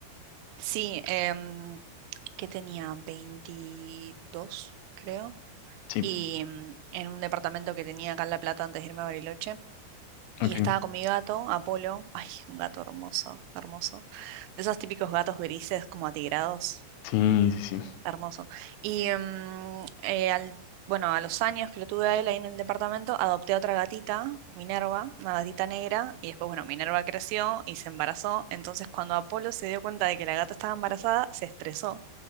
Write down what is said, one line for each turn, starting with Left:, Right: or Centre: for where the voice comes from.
Right: Sí, em, que tenía 22 creo,
Left: Sí,
Right: y em, en un departamento que tenía acá en La Plata antes de irme a Bariloche. Y
Left: ok.
Right: estaba con mi gato, Apolo. Ay, un gato hermoso, hermoso. De esos típicos gatos grises, como atigrados.
Left: Sí, sí, sí.
Right: Hermoso. Y mm, eh, al, bueno, a los años que lo tuve a él ahí en el departamento, adopté a otra gatita, Minerva, una gatita negra. Y después, bueno, Minerva creció y se embarazó. Entonces, cuando Apolo se dio cuenta de que la gata estaba embarazada, se estresó. O